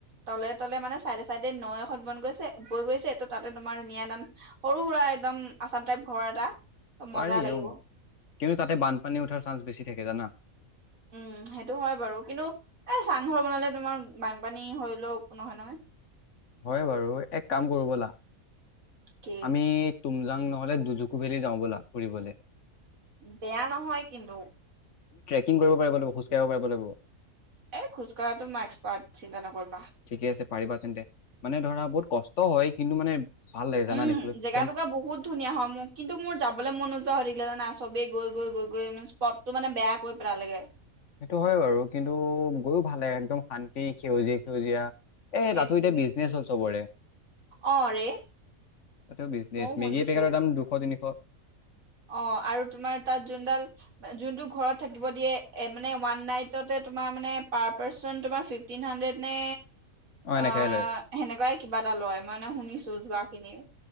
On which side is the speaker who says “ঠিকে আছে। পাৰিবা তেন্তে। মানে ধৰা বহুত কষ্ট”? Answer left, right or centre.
Left